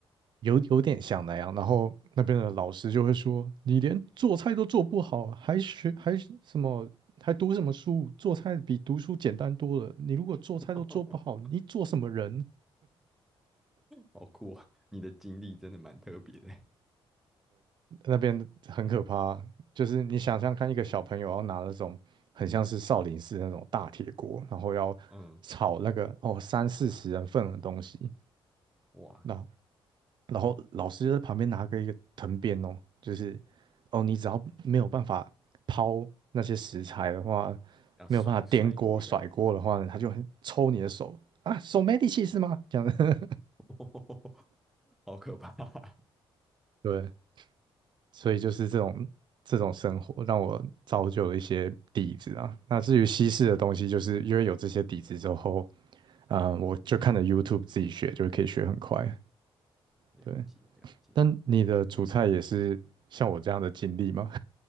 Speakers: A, on the right; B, in the centre.
A: 有有点像那样。然后那边的老师就会说：“你连做菜都做不好，还学还什么，还读什么书？做菜比读书简单多了。你如果做菜都做不好，
B: <laughs>
A: 你做什么人？”
B: 好酷啊！你的经历真的蛮特别的。
A: 那边很可怕，就是你想象看，一个小朋友要拿那种很像是少林寺那种大铁锅，然后要炒那个哦三四十人份的东西，
B: 嗯，哇，
A: 那然后老师就在旁边拿个一个藤鞭哦，就是哦，你只要没有办法抛那些食材的话，
B: 要甩甩锅这样，
A: 没有办法颠锅甩锅的话，他就很抽你的手啊，手没力气是吗？这样子，
B: <laughs> 好可怕。<laughs>
A: <laughs> 对，所以就是这种这种生活让我造就了一些底子啊。那至于西式的东西，就是因为有这些底子之后，呃，我就看着
B: 嗯，
A: YouTube 自己学，就可以学很快。
B: 了解了解，
A: 对，但你的主菜也是像我这样的经历吗？
B: 特别。